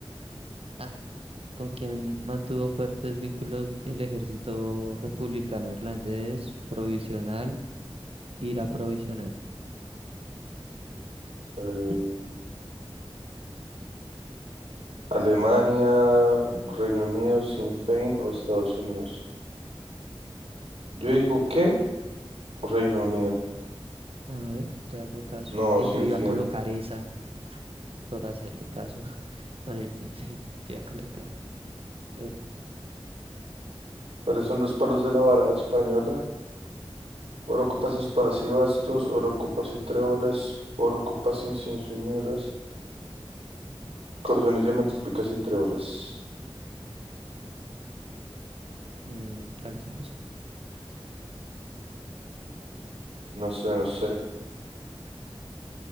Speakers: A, on the right; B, on the right.
A: Ah, con quien mantuvo fuertes vínculos el ejército republicano irlandés provisional, ira provisional.
B: Eh,
A: ¿Mm?
B: Alemania, Reino Unido, Sinn Féin o Estados Unidos. Yo digo que Reino Unido,
A: A ver, te hago caso.
B: no,
A: Y
B: Sinn
A: yo iba
B: Féin.
A: a colocar esa por hacerle caso <laughs> con el sinfín. Te iba a colocar. Bueno,
B: ¿Cuáles son los palos de la baraja española? Oro ocupas espadas y bastos, oro ocupas y tréboles, oro ocupas incienso y miras, corazones, diamantes, picas y tréboles.
A: mm, ¿cuáles son los?
B: No sé, no sé.